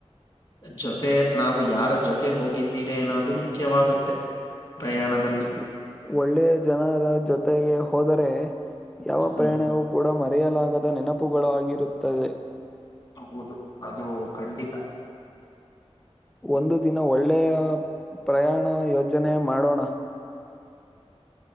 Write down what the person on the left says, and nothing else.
ಜೊತೆ ನಾವು ಯಾರ ಜೊತೆ ಹೋಗಿದ್ದೀರಿ ಅನ್ನೋದು ಮುಖ್ಯವಾಗುತ್ತೆ ಪ್ರಯಾಣದಲ್ಲಿ
ಹ್ಮ್
ಹೌದು ಅದು ಖಂಡಿತ